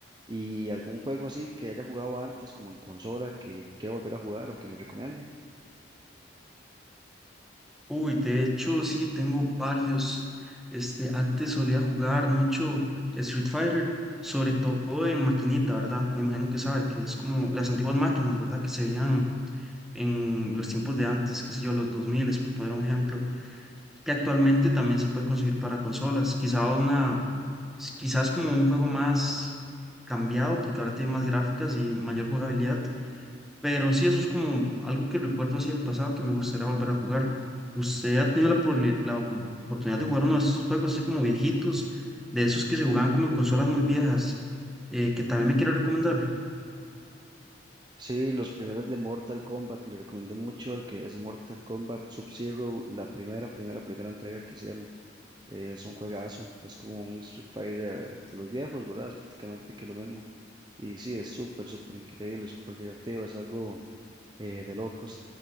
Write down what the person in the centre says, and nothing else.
Uy, de hecho, sí, tengo varios. Este, antes solía jugar mucho Street Fighter, sobre todo en maquinita, ¿verdad? Me imagino que sabe que es como las antiguas máquinas, ¿verdad? Que se veían en los tiempos de antes, qué sé yo, los 2000, por poner un ejemplo, que actualmente también se puede conseguir para consolas. Quizá una, s- quizás como un juego más cambiado, porque ahora tiene más gráficas y mayor jugabilidad, pero sí, eso es como algo que recuerdo así del pasado que me gustaría volver a jugar. ¿Usted ha tenido la, probli- la op- oportunidad de jugar uno de estos juegos así como viejitos, de esos que se jugaban como en consolas muy viejas, eh, que también me quiero recomendar?